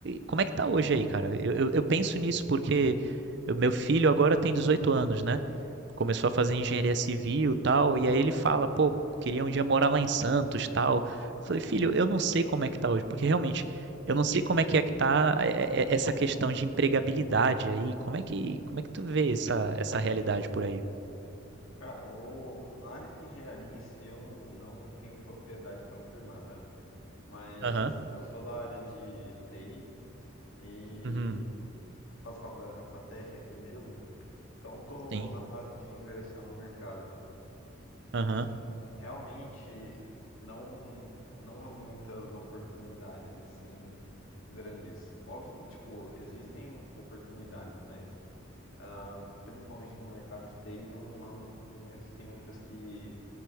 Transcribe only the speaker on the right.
como é que tá hoje aí, cara? Eu, eu, eu penso nisso porque o meu filho agora tem 18 anos, né? Começou a fazer engenharia civil e tal, e aí ele fala,
pô,
queria um dia morar lá em Santos tal. Eu falei, filho, eu não sei como é que tá hoje, porque realmente eu não sei como é que é que tá é, é, é, essa questão de empregabilidade aí. Como é que, como é que tu vê essa, essa realidade por aí?
Aham.
Uhum.
Sim.
Aham.